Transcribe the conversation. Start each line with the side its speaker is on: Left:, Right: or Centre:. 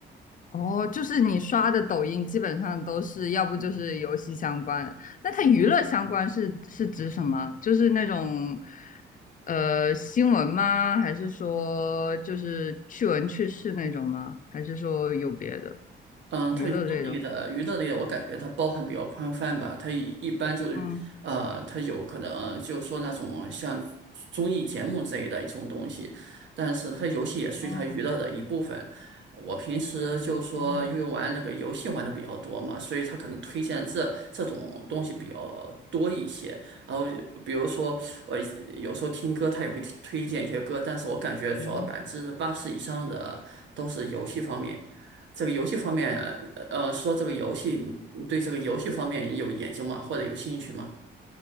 Left: 哦，就是你刷的抖音基本上都是，要不就是游戏相关的。那它娱乐相关是是指什么？就是那种呃新闻吗？还是说就是趣闻趣事那种吗？还是说有别的
Right: 嗯，
Left: 娱乐类的？
Right: 它娱乐类的娱乐类的，我感觉它包含比较宽泛吧。它一一般就是，
Left: 嗯，
Right: 呃，它有可能呃就是说那种像综艺节目之类的一种东西，但是它游戏也属于它娱乐的一部分。
Left: 哦，
Right: 我平时就说因为玩那个游戏玩的比较多嘛，
Left: 哦，
Right: 所以它可能推荐这这种东西比较多一些。然后比如说我有时候听歌，它也会推荐一些歌，但是我感觉主要百分之八十以上的都是游戏方面。
Left: 嗯，
Right: 这个游戏方面，呃，呃说这个游戏，你对这个游戏方面有研究吗？或者有兴趣吗？